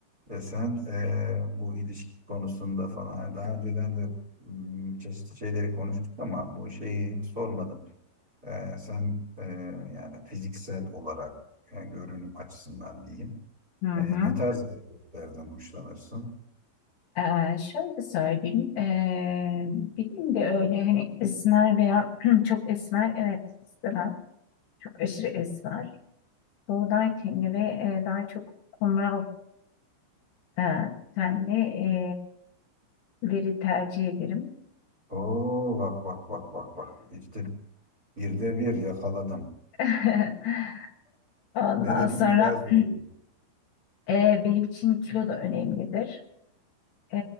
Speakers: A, on the right; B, on the left.
A: Ve sen eee, bu ilişki konusunda falan hani daha önceden de mm, çeşitli şeyleri konuştuk ama bu şeyi hiç sormadım. Eee, sen eee, yani fiziksel olarak yani görünüm açısından diyeyim.
B: Hı hı.
A: Eee, ne tarz erkeklerden hoşlanırsın?
B: Ee, şöyle söyleyeyim. Ee, benim de öyle hani esmer veya <clears throat> çok esmer evet istemem. Çok aşırı esmer. Buğday tenli ve e, daha çok kumral e, tenli e, leri tercih ederim.
A: Oo bak bak bak bak bak işte birde bir yakaladım.
B: <laughs> Ondan
A: Ne dedim
B: sonra
A: bir daha söyle.
B: <clears throat> e, benim için kilo da önemlidir. Ee,